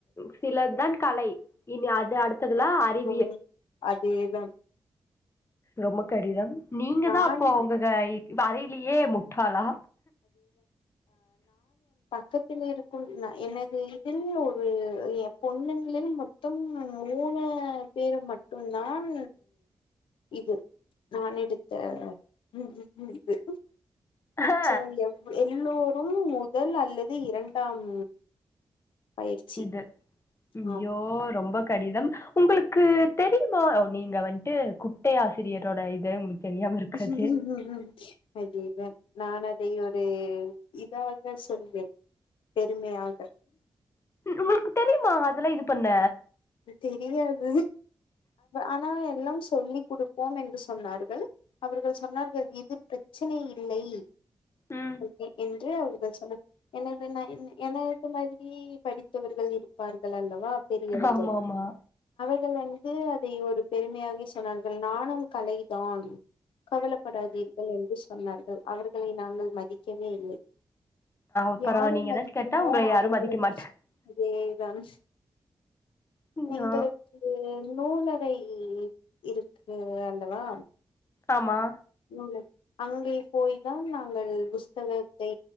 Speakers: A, on the left; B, on the left.
A: சிலதான் கலை இனி அது அடுத்ததுலா அறி
B: ம் அதேதான்
A: ரொம்ப கடிதம் நீங்க
B: நான்
A: தா அப்போ உங்க ஹா வரைலியே முட்டாளா
B: க்கத்தில் இருக்கும் நா எனது இதில் ஒரு எ பொண்ணுங்களில் மொத்தம் மூணு பேரு மட்டும்தான் இது நான் எடுத்த <unintelligible>
A: ஆ
B: <unintelligible> எவ் எல்லோரும் முதல் அல்லது இரண்டாம் பயிற்சி
A: இது ஐயோ
B: ஆம்
A: ரொம்ப கடிதம் உங்களுக்கு தெரி <unintelligible> நீங்க வன்ட்டு குட்டை ஆசிரியரோட இது தெரியாம இருக்காது
B: <unintelligible> நான் அதை ஒரு இதாக சொல்வேன் பெருமையாக
A: உங்களுக்கு தெரியுமா அதல்லா இது பண்ண
B: தெரியாது ஆனா எல்லாம் சொல்லிக் குடுப்போம் என்று சொன்னார்கள் அவர்கள் சொன்னார்கள் இது பிரச்சனை இல்லை
A: ம்
B: <unintelligible> என்று சொன்ன எனது எனது மாதிரி படித்தவர்கள் இருப்பார்கள் அல்லவா தெரியிறது
A: ஆமா ஆமா
B: <unintelligible> வந்து அதை ஒரு பெருமையாகி சொன்னார்கள் நானும் கலை தான் கவலப்படாதீர்கள் என்று சொன் சொன்னார்கள் அவர்களை நாங்கள் மதி க்கவே இல்லை
A: அப்புறோ
B: யாரை
A: நீங்க
B: மதிக்கிறமோ
A: ஏதாச்சு கேட்டா உங்கள யாரு
B: அவர்களை
A: மதிக்க
B: மதிச்ச
A: மாட்டாங்க
B: அதேதான்
A: ஐயோ
B: எங்களுக்கு நூலறை இருக்கு அல்லவா
A: ஆமா
B: நூலு அங்கே போய் தான் நாங்கள் புஸ்தகத்தை